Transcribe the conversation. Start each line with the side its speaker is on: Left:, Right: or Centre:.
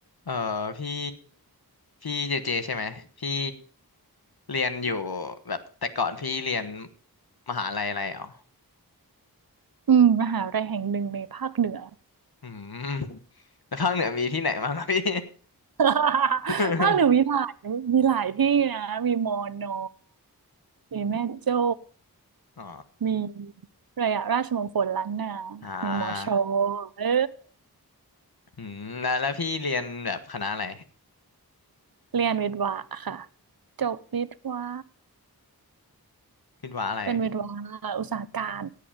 Left: เออพี่พี่เจเจใช่ไหมพี่เรียนอยู่แบบแต่ก่อนพี่เรียนมหาลัยอะไรอ๋อ
Right: อืมมหาวิทยาลัยแห่งหนึ่งในภาคเหนือ
Left: อืมแล้วภาคเหนือมีที่ไหนบ้างครับพี่
Right: <laughs>
Left: <laughs>
Right: ภาคเหนือมีหลายมีหลายที่นะมีมอนอมีแม่โจ้
Left: อ๋อ
Right: มีอะไรอะราชมงคลล้านนา
Left: อ่า
Right: มีมอชอเออ
Left: อืมแล้วแล้วพี่เรียนแบบคณะอะไร
Right: เรียนวิทวะค่ะจบวิทวะ
Left: วิศวะอะไรพี่
Right: เป็นวิทวะอุตสาหการ